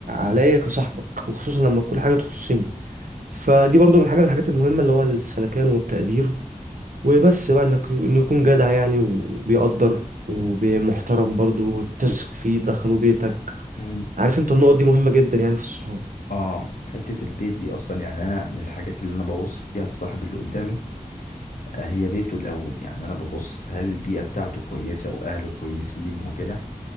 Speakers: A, on the right; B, on the left.
A: عليا كصاحبك وخصوصا لما تكون حاجه تخصني فدي برضو من حاجه من الحاجات المهمه اللي هو السلكان والتقدير وبس بقى انك انه يكون جدع يعني وبيقدر ومحترم برضو وتثق فيه تدخله بيتك
B: امم
A: عارف انت النقط دي مهمه جدا يعني في الصحاب
B: اه حتة البيت دي اصلا يعني انا من الحاجات اللي انا ببص فيها لصاحب اللي قدامي آه، هي بيته الاول يعني انا ببص هل البيئة بتاعته كويسة واهله كويسين وكده